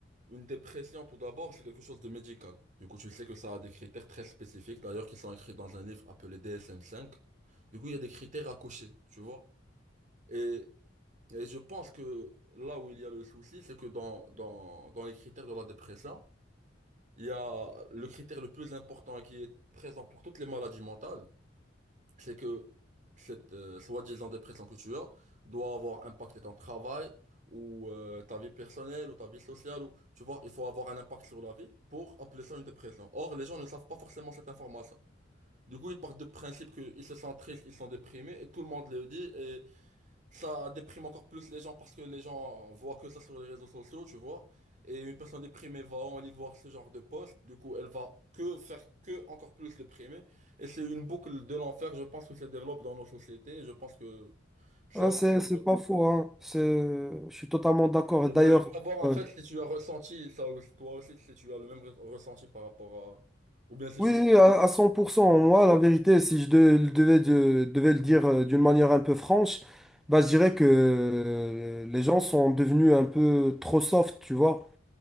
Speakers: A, on the right; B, in the centre.
A: une dépression, tout d'abord, c'est quelque chose de médical. Du coup, tu sais que ça a des critères très spécifiques, d'ailleurs, qui sont écrits dans un livre appelé dsm cinq. Du coup, il y a des critères à cocher, tu vois. Et, et je pense que là où il y a le souci, c'est que dans, dans, dans les critères de la dépression, il y a le critère le plus important et qui est présent pour toutes les maladies mentales, c'est que cette euh, soi-disant dépression que tu as doit avoir impacté ton travail ou euh, ta vie personnelle ou ta vie sociale. Ou, tu vois, il faut avoir un impact sur la vie pour appeler ça une dépression. Or, les gens ne savent pas forcément cette information. Du coup, ils partent de principe qu'ils se sentent tristes, ils sont déprimés et tout le monde le dit. Ça déprime encore plus les gens parce que les gens voient que ça sur les réseaux sociaux, tu vois. Et une personne déprimée va aller voir ce genre de post. Du coup, elle va que faire que encore plus déprimée. Et c'est une boucle de l'enfer, je pense, qui se développe dans nos sociétés. Je pense que c'est
B: Ah,
A: un
B: c'est,
A: peu... dur.
B: c'est pas faux, hein. C'est, je suis totalement d'accord.
A: Je
B: D'ailleurs,
A: voulais juste savoir, en
B: euh,
A: fait, si tu as ressenti ça aussi, toi aussi, si tu as le même re- ressenti par rapport à... Ou bien c'est
B: oui,
A: juste...
B: oui, à, à 100%,
A: Ouais.
B: moi, la vérité, si je de- devais, de- devais le dire euh, d'une manière un peu franche, bah, je dirais que euh, les gens sont devenus un peu trop soft, tu vois.